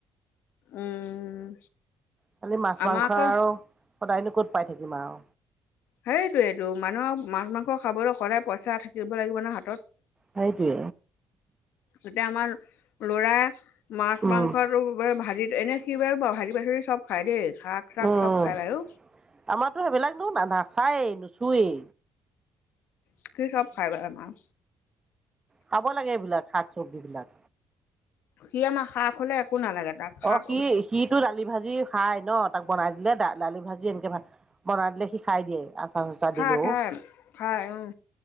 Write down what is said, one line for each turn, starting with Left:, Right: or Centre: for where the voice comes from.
Left: উম,
Right: খালি মাছ
Left: আমাৰ
Right: মাংস
Left: আকৌ
Right: আৰু সদায়নো ক'ত পাই থাকিম আৰু।
Left: সেইটোয়েইটো মানুহৰ মাছ মাংস খাবলৈ সদায় পইচা থাকিব লাগিব ন হাতত।
Right: সেইটোৱে।
Left: এতিয়া আমাৰ লৰাই মাছ
Right: উম
Left: মাংসটো ভাজিত এনে সি বাৰু ভাজি পাচলি চব খাই দেই। শাক চাক
Right: উম,
Left: চব খায় বাৰু
Right: আমাৰতো সেইবিলাক নো না নাচায়েই নুচোৱেই।
Left: সি চব খাই বাৰু আমাৰ।
Right: খাব লাগে এইবিলাক শাক চব্জিবিলাক।
Left: সি আমাৰ শাক হ'লে একো নালাগে। তাক শাক
Right: অ' সি সিটো দালি ভাজি খাই ন তাক বনাই দিলে দালি ভাজি এনেকে ভাল। বনাই দিলে সি খাই দিয়ে। চাচাৰ
Left: খাই-খাই-খাই
Right: দিলেও
Left: উম,